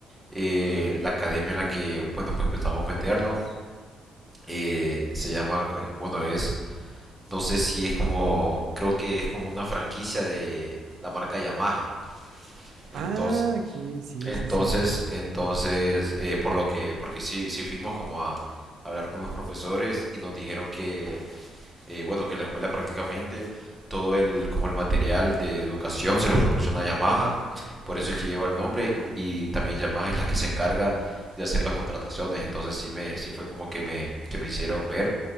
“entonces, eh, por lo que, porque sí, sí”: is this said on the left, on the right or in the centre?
Centre